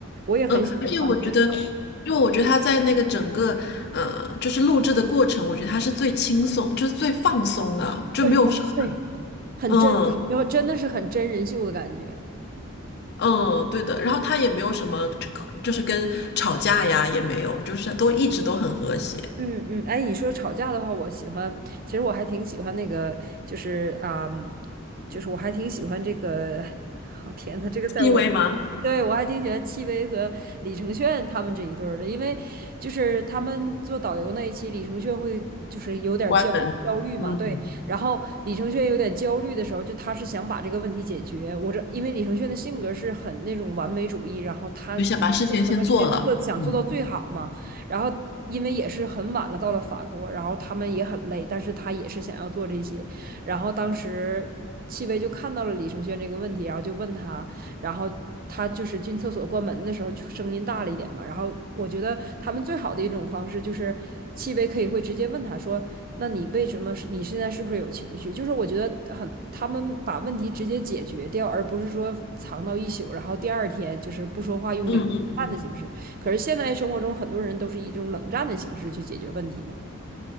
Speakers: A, on the right; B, on the left.
A: 我也很喜欢他们这一对儿。
B: 嗯，而且我觉得，因为我觉得他在那个整个呃，就是录制的过程，我觉得他是最轻松，就是最放松的，就没有是很
A: 对我对。很真实，
B: 嗯
A: 就真的是很真人秀的感觉。
B: 嗯对的。然后他也没有什么，就是跟吵架呀也没有，就是都一直都很和谐。
A: 嗯嗯，哎，你说吵架的话，我喜欢，其实我还挺喜欢那个，就是啊、就是我还挺喜欢这个，<laughs> 哦天呐，这个在我，
B: 戚薇吗？
A: 对，我还挺喜欢戚薇和李承铉他们这一对儿的，因为就是他们做导游那一期，李承铉会就是有点儿焦焦虑嘛，
B: 关门，嗯，
A: 对，然后李承铉有点焦虑的时候，就他是想把这个问题解决，我这因为李承铉的性格是很那种完美主义，然后他做什么事情做想做到最好嘛。
B: 就想把事情先做了，嗯。
A: 然后因为也是很晚了，到了法国，然后他们也很累，但是他也是想要做这些。然后当时戚薇就看到了李承铉这个问题，然后就问他，然后他就是进厕所关门的时候就声音大了一点嘛。然后我觉得他们最好的一种方式就是戚薇可以会直接问他说：“那你为什么是你现在是不是有情绪？”就是我觉得很他们把问题直接解决掉，而不是说藏到一宿，然后第二天就是不说话用领淡的形式。
B: 嗯嗯，
A: 可是现在生活中很多人都是以这种冷战的形式去解决问题嘛。